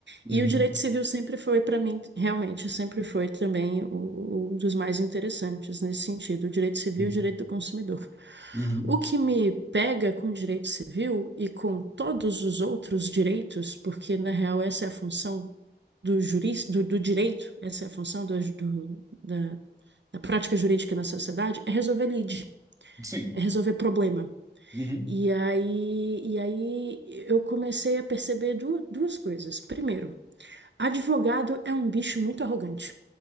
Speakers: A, on the right; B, on the right.
A: uhum,
B: E o direito civil sempre foi, para mim, realmente, sempre foi também o- um dos mais interessantes nesse sentido, o direito civil
A: uhum,
B: e o direito do consumidor.
A: uhum,
B: O que me pega com o direito civil e com todos os outros direitos, porque na real essa é a função do juris, do, do direito, essa é a função do- do- da, da prática jurídica na sociedade, é resolver lide,
A: Sim.
B: é resolver problema.
A: Uhum.
B: E aí, e aí eu comecei a perceber du- duas coisas. Primeiro, Advogado é um bicho muito arrogante.